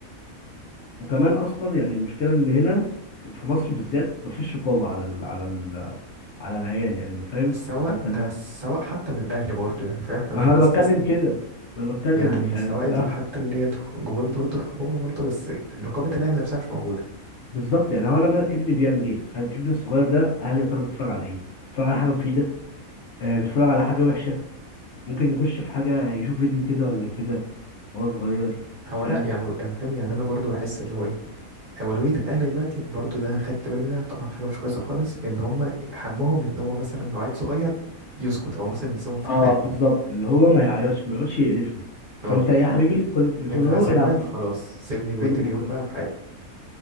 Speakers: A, on the left (about 65°); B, on the right (about 40°).
A: وكمان اصلا يعني المشكله ان هنا في مصر بالذات مفيش رقابه على ال... على ال... على العيال يعني ما فاهم
B: سواء
A: انت
B: ده سواء حتى من الأهل برضه يعني فاهم احنا
A: ما
B: مش هنستسلم
A: هو انا بتكلم كده ما انا بتكلم
B: يعني
A: في
B: سواء
A: في الأهل
B: ال- حتى اللي هي جهود برضه الحكومة برضه بس رقابة الأهل نفسها مش موجودة
A: بالظبط يعني هو انا ما- ابني بيعمل ايه فاهم ابني الصغير ده هل يا ترى بيتفرج على ايه بيتفرج على حاجه مفيده آه بيتفرج على حاجه وحشه ممكن يخش في حاجه يشوف فيديو كده ولا كده وهو صغير
B: هو
A: فاهم
B: لا يعني يعني فاهم يعني انا برضو بحس اللي هو ايه اولويه الاهلي دلوقتي برضو ده خدت بالي منها طبعا حاجه مش كويسه خالص ان هم همهم ان هو مثلا لو عيل صغير يسكت او مثلا يسيبهم في
A: اه
B: حاله
A: بالظبط اللي هو ما يعيطش ما يقعدش يقرفني
B: اه
A: فانت ايه يا حبيبي خد التليفون
B: انت
A: اهو
B: عايز موبايل
A: العب بيه
B: خلاص سيبني
A: خد
B: بقيه
A: الموبايل
B: اليوم بقى في حالي